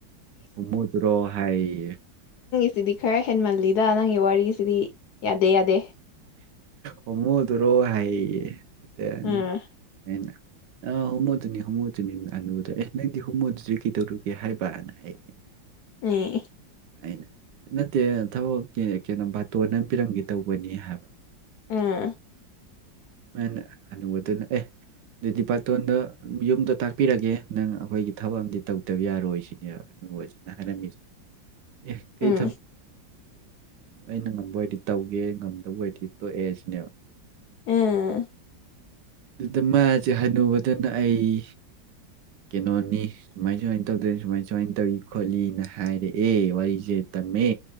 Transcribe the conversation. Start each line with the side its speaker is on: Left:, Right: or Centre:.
Right: ꯍꯨꯝꯃꯨꯗꯨꯔꯣ ꯍꯥꯏꯌꯦ
Left: ꯁꯤꯗꯤ ꯈꯔ ꯍꯦꯟꯃꯜꯂꯤꯗ ꯅꯪꯒꯤ ꯋꯥꯔꯤꯁꯤꯗꯤ ꯌꯥꯗꯦ ꯌꯥꯗꯦ
Right: ꯍꯣꯡꯃꯨꯗꯨꯔꯣ ꯍꯥꯏꯌꯦꯩꯅ
Left: ꯎꯝ
Right: ꯑꯥ ꯍꯣꯃꯣꯇꯣꯅꯤ ꯍꯣꯃꯣꯇꯣꯅꯤ ꯑꯅꯨꯕꯗꯣ ꯑꯦ ꯅꯪꯗꯤ ꯍꯣꯃꯣꯗꯨꯗꯤ ꯀꯩꯗꯧꯔꯨꯒꯦ ꯍꯥꯏꯕꯅ ꯍꯥꯏꯌꯦ
Left: ꯑꯦ
Right: ꯑꯩꯅ ꯅꯠꯇꯦ ꯊꯕꯛ ꯀꯩꯅꯣ ꯕꯥꯇꯣꯟ ꯑꯃ ꯄꯤꯔꯝꯒꯦ ꯇꯧꯕꯅꯤ ꯍꯥꯏꯕ
Left: ꯑꯥ
Right: ꯃꯅ ꯍꯥꯟꯅꯨꯕꯗꯨꯅ ꯑꯦ ꯑꯗꯨ ꯗꯤ ꯄꯔꯇꯣꯟꯗ ꯌꯨꯝꯗꯣ ꯇꯥꯛꯄꯤꯔꯒꯦ ꯅꯪ ꯑꯩꯈꯣꯏꯒꯤ ꯊꯕꯛ ꯑꯃꯗꯤꯝ ꯇꯧꯗꯕ ꯌꯥꯔꯣꯏ ꯁꯤꯅꯦꯕ <unintelligible> ꯍꯥꯏꯔꯝꯃꯤꯁꯦ ꯑꯦ ꯀꯩ
Left: ꯎꯝ ꯎꯝ
Right: ꯑꯩꯅ ꯉꯝꯕ ꯑꯣꯏꯔꯗꯤ ꯇꯧꯒꯦ ꯉꯝꯗꯕ ꯑꯣꯏꯔꯗꯤ ꯇꯣꯛꯑꯦ ꯁꯤꯅꯦꯕ
Left: ꯑ
Right: ꯑꯗꯨꯗ ꯃꯥꯁꯦ ꯍꯟꯅꯨꯕꯗꯨꯅ ꯑꯩ ꯀꯩꯅꯣꯅꯤ ꯁꯨꯃꯥꯏ ꯁꯨꯃꯥꯏꯅ ꯇꯧꯗꯦ ꯁꯨꯃꯥꯏ ꯁꯨꯃꯥꯏꯅ ꯇꯧꯏ ꯈꯣꯠꯂꯤꯅ ꯍꯥꯏꯔꯦ ꯑꯦ ꯋꯥꯔꯤꯁꯦ ꯇꯝꯃꯦ